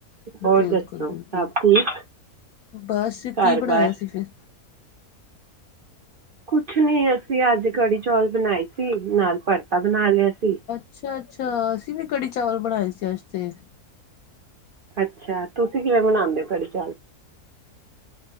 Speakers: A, on the right; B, on the left.
A: ਹੋਰ
B: ਬਿਲਕੁਲ
A: ਦੱਸੋ,
B: ਬਿਲਕੁਲ।
A: ਸਭ ਠੀਕ
B: ਬਸ
A: ਘਰ-ਬਾਹਰ?
B: ਕੀ ਬਣਾਇਆ ਸੀ ਫਿਰ?
A: ਕੁਛ ਨੀ ਅਸੀਂ ਅੱਜ ਕੜੀ-ਚੌਲ ਬਣਾਏ ਸੀ ਨਾਲ ਭਰਤਾ ਬਣਾ ਲਿਆ ਸੀ।
B: ਅੱਛਾ-ਅੱਛਾ ਅਸੀਂ ਵੀ ਕੜੀ ਚਾਵਲ ਬਣਾਏ ਸੀ ਅੱਜ ਤੇ।
A: ਅੱਛਾ ਤੁਸੀਂ ਕਿਵੇਂ ਬਨਾਂਦੇ ਹੋ ਕੜੀ ਚਾਵਲ?